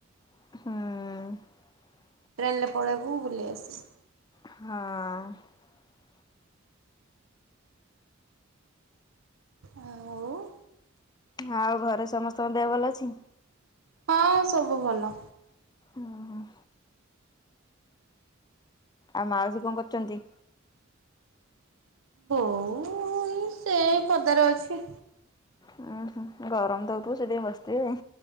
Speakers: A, on the left; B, on the right.
A: ହୁଁ।
B: ଟ୍ରେନରେ ପଳେଇବୁ ବୁଲି ଆସିବୁ।
A: ହଁ।
B: ଆଉ
A: ଆଉ ଘରେ ସମସ୍ତଙ୍କ ଦେହ ଭଲ ଅଛି।
B: ହଁ ସବୁ ଭଲ।
A: ଉଁ ହୁଁ। ଆଉ ମାଉସୀ କଣ କରୁଛନ୍ତି?
B: ବୋଉ ଏ ସେ ପଦାରେ ଅଛି।
A: ଉଁ ହଁ ଗରମ ତ ହଉଥିବେ ସେଥିପାଇଁ ବସଥିବେ।